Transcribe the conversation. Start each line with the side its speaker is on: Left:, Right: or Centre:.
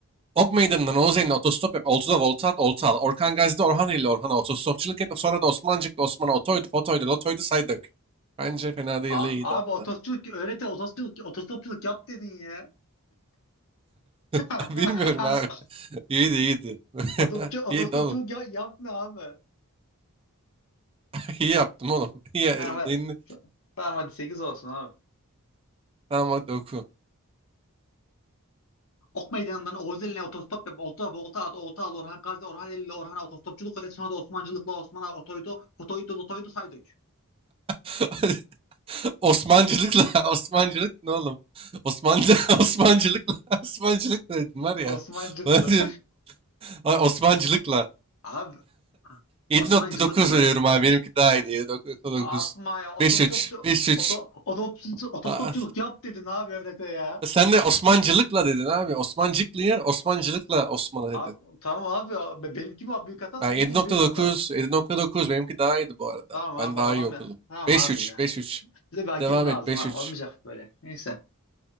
Right: Ok Meydanı'ndan Oğuzeli'ne otostop yap. Oltu'da volta at, olta al. Orkan Gazi'de Orhaneli ile Orhan'a otostopçuluk et. Sonra da Osmancık'ta Osman'a otoydu, fotoydu, lotoydu, say dök. Bence fena değil,
Left: A-
Right: iyiydi hatta.
Left: Abi otostopçuluk öğrete otostopçuluk, otostopçuluk yap dedin ya. <laughs>
Right: <laughs> Bilmiyorum abi. <laughs> İyiydi, iyiydi. <laughs>
Left: Otostopçu, otostopçuluk
Right: İyiydi oğlum.
Left: ya- yapma abi.
Right: <laughs> İyi yaptım oğlum. <laughs> İyi.
Left: Tamam,
Right: Neyini?
Left: hadi. tamam hadi 8 olsun abi.
Right: Tamam hadi oku.
Left: Ok meydanından Oğuz eline otostop yap. Olta, volta at, olta al. Orhan Gazi, Orhan Eli'yle Orhan'a otostopçuluk öğret. Sonra da Osmancılıkla Osman'a otoydu, otoydu, otoydu saydık.
Right: <laughs> Osmancılıkla <laughs> Osmancılık ne oğlum? Osmancı <laughs> Osmancılıkla <laughs> Osmancılık ne dedin var ya.
Left: Osmancılıklı.
Right: Bana diyor, "Ay, Osmancılıkla
Left: <laughs> Abi.
Right: 7.9
Left: Osmancılıklı.
Right: veriyorum abi. Benimki daha iyiydi. 7.9.
Left: Yapma ya
Right: 5.3
Left: otostopçu
Right: 5.3.
Left: oto, otostopçu- otostopçuluk
Right: Aa,
Left: yap dedin abi öğrete ya.
Right: Sen de Osmancılıkla dedin abi. Osmancıklı'yı Osmancılıkla Osman'a dedin.
Left: Abi, tamam abi. abi. Benimki mi abi büyük hata? Seninki
Right: Ben 7.9
Left: mi büyük hata?
Right: 7.9 benimki daha iyiydi bu arada.
Left: Tamam abi
Right: Ben daha
Left: ağlama.
Right: iyi okudum.
Left: ya. Tamam
Right: 5.3
Left: abi ya.
Right: 5.3.
Left: Bize bir hakem
Right: Devam
Left: lazım
Right: et 5.3.
Left: ha. Olmayacak böyle. Neyse.